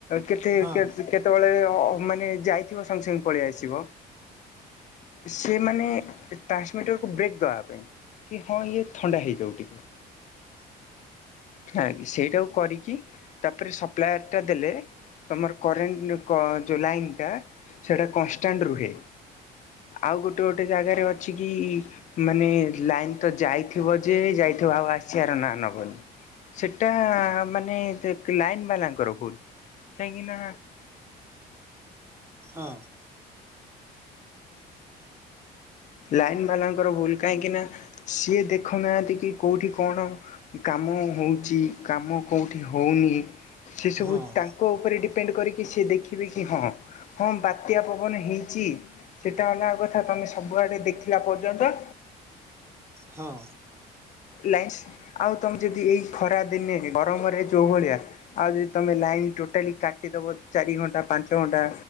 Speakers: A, on the left; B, on the right.
A: କେତେ-କେ-କେତେବେଳେ
B: ହଁ
A: ଅ ମାନେ ଯାଇଥିବ ସାଙ୍ଗେ ସାଙ୍ଗେ ପଳେଇ ଆସିବ। ସେ ମାନେ ଟ୍ରାନ୍ସମିଟରକୁ ବ୍ରେକ୍ ଦେବା ପାଇଁ। କି ହଁ ଇଏ ଥଣ୍ଡା ହେଇଯାଉ ଟିକିଏ।
B: <inaudible>
A: ହେ ସେଇଟାକୁ କରିକି ତାପରେ ସପ୍ଲାୟାର ଟା ଦେଲେ ତମର କରେଣ୍ଟ କ ଯୋଉ ଲାଇନ୍ ଟା ସେଟା କନଷ୍ଟାଣ୍ଟ ରୁହେ। ଆଉ ଗୋଟେ ଗୋଟେ ଜାଗାରେ ଅଛି କି ମାନେ ଲାଇନ୍ ତ ଯାଇଥିବ ଯେ ଯାଇଥିବ ଆଉ ଆସିଆର ନାଁ ନବନି। ସେଟା ମାନେ <unintelligible> ଲାଇନ୍ ବାଲାଙ୍କର ଭୁଲ୍ କାହିଁକି ନା
B: ହଁ।
A: ଲାଇନ୍ ବାଲାଙ୍କର ଭୁଲ କାହିଁକିନା ସିଏ ଦେଖୁନାହାନ୍ତି କି କଉଠି କଣ। କାମ ହଉଚି କାମ କଉଠି ହଉନି। ସେ ସବୁ
B: ହଁ ହଁ
A: ତାଙ୍କ ଉପରେ ଡିପେଣ୍ଡ କରି କି ସେ ଦେଖିବେ କି ହଁ ହଁ ହଁ ବାତ୍ୟା ପବନ ହେଇଚି ସେଟା ଅଲଗା କଥା ତମେ ସବୁଆଡ଼େ ଦେଖିଲା ପର୍ଯ୍ୟନ୍ତ
B: ହଁ।
A: ଲାଇନସ୍ ଆଉ ତମେ ଯଦି ଏଇ ଖରା ଦିନେ ଗରମରେ ଯୋଉ ଭଳିଆ ଆଉ ଯଦି ତମେ ଲାଇନ ଟୋଟାଲି କାଟିଦବ ଚାରି ଘଣ୍ଟା ପାଞ୍ଚ ଘଣ୍ଟା